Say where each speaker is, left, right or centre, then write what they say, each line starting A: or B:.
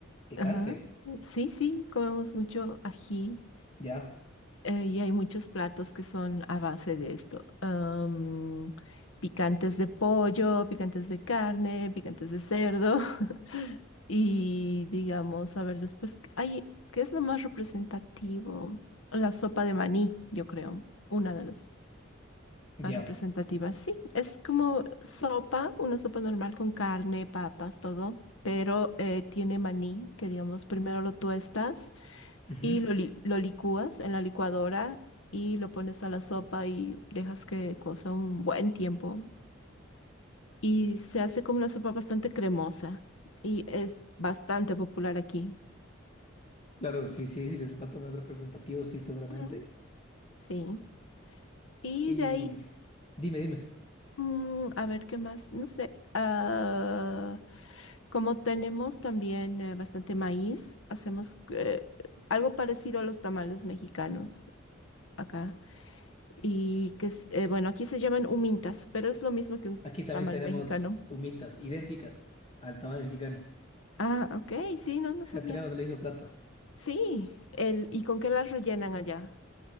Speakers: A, on the left (about 30°); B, on the left (about 85°).
A: Picante,
B: Ajá. Sí, sí, comemos mucho ají.
A: ya,
B: eh, y hay muchos platos que son a base de esto. Am, picantes de pollo, picantes de carne, picantes de cerdo. <laughs> Y digamos, a ver, después, ay, ¿qué es lo más representativo? La sopa de maní, yo creo. Una de los
A: ya.
B: más representativas. Sí, es como sopa, una sopa normal con carne, papas, todo, pero eh, tiene maní, que digamos, primero lo tuestas
A: Ujú.
B: y lo, li- lo licúas en la licuadora y lo pones a la sopa y dejas que cosa un buen tiempo. Y se hace como una sopa bastante cremosa y es bastante popular aquí.
A: Claro, sí, sí, sí, que es el plato más representativo, sí, seguramente.
B: Mm. Sí. Y
A: Y
B: de ahí
A: dime, dime.
B: Mm, a ver, ¿qué más? No sé. ah, como tenemos también eh, bastante maíz, hacemos eh, algo parecido a los tamales mexicanos acá. Y que es, eh, bueno, aquí se llaman humintas, pero es lo mismo que un
A: Aquí también
B: tamal
A: tenemos
B: mexicano.
A: humitas idénticas al tamaño mexicano.
B: Ah, ok, sí, no, no
A: Ajá,
B: sabía.
A: tenemos el mismo plato
B: Sí, el, ¿y con qué las rellenan allá?